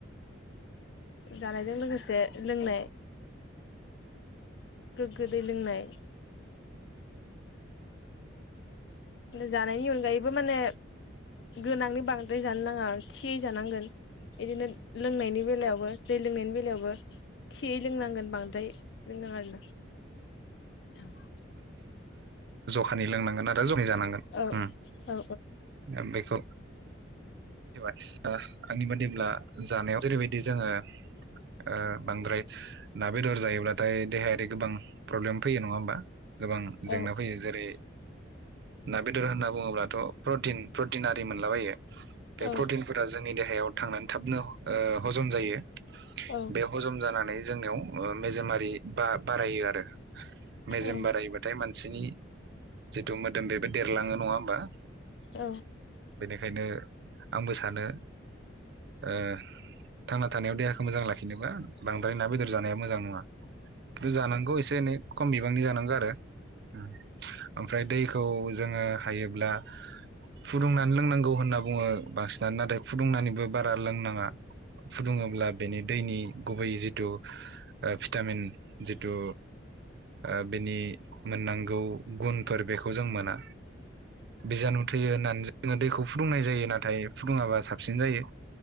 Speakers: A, on the left; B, on the right.
A: जानायजों लोगोसे लोंनाय गोग्गो दै लोंनाय जानायनि अनगायैबो माने गोनांनि बांद्राय जानो नाङा थि जानांगोन बिदिनो लोंनायनि बेलायावबो दै लोंनायनि बेलायावबो थियै लोंनांगोन बांद्राय। बिनो <unintelligible>
B: खानि लोंनांगोन आरो जखानि जानांगोन
A: औ
B: उम
A: औ
B: दा बे खौ ओ आंनि बादिब्ला जानायाव जेरैबायदि जोङो ओ बांद्राय ना बेदर जायोब्लाथाय देहायारि गोबां प्रब्लेम फैयो नङा होमबा। गोबां
A: औ
B: जेंना फैयो जेरै ना बेदर होनना बुङोब्लाथ' प्रटिन प्रटिन आरि मोनलाबायो। बे
A: औ
B: प्रटिनफोरा जोंनि देहायाव थांनानै थाबनो ओ हजम जायो।
A: औ
B: बे हजम जानानै जोंनियाव ओ मेजेमारि बा-बारायो आरो। मेजेम
A: औ ओं
B: बारायोबाथाय मानसिनि जिथु मोदोम बेबो देरलाङो नङा होमबा?
A: औ।
B: खायनो आंबो सानो ओ थांना थानायाव देहाखौ मोजां लाखिनोबा बांद्राय ना बेदर जानाया मोजां नङा। जानांगौ एसे एनै खम बि नि जानांगो आरो ओम ओमफ्राय दैखौ जोङो हायोब्ला फुदुंनानै लोंनांगौ होनना बुङो। बांसिनानो नाथाय फुदुंनानैबो बारा लोंनाङा। फुदुङोब्ला बेनि दैनि गुबैयै जिथु ओ भिटामिन जिथु ओ बिनि मोननांगौ गुनफोर बेखौ जों मोना। बिजानु थैयो होननानै जा ङो दैखौ फुदुंनाय जायो नाथाय फुदुङाबा साबसिन जायो